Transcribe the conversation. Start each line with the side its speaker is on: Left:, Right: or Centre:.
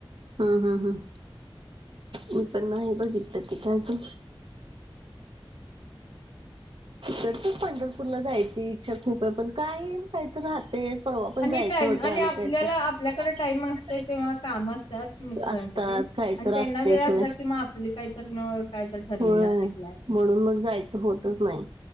Right: हम् हम् हम् मी पण नाही बघितलं त का अजून तर तू पंढरपूरला जायची इच्छा खूप आहे पण काय? काही तर राहतेच परवा पण
Left: आणि
Right: जायचं
Left: टाइम
Right: होतं
Left: आणि आपल्याला
Right: काय तर
Left: आपल्याकडे टाईम असतो तेव्हा काम असतात. मिस्टरांच
Right: असतात
Left: तेन
Right: काही
Left: आणि
Right: तर
Left: त्यांना
Right: असतेच
Left: वेळ
Right: होय.
Left: असला कि म आपली काही तर काय तर ठरलेलं
Right: होय
Left: असतय प्लॅन
Right: म्हणून मग जायचं होतच नाही.